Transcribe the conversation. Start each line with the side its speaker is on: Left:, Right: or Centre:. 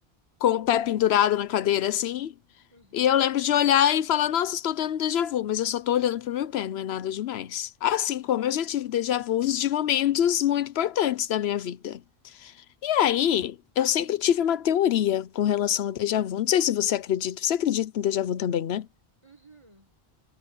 Left: com o pé pendurado na cadeira, assim.
Right: Uhum,
Left: E eu lembro de olhar e falar, nossa, estou tendo déjà vu, mas eu só tô olhando pro meu pé, não é nada demais. Assim
Right: uhum,
Left: como eu já tive déjà vus de momentos muito importantes da minha vida. E aí, eu sempre tive uma teoria com relação ao déjà vu. Não sei se você acredita. Você acredita em déjà vu também, né?
Right: uhum,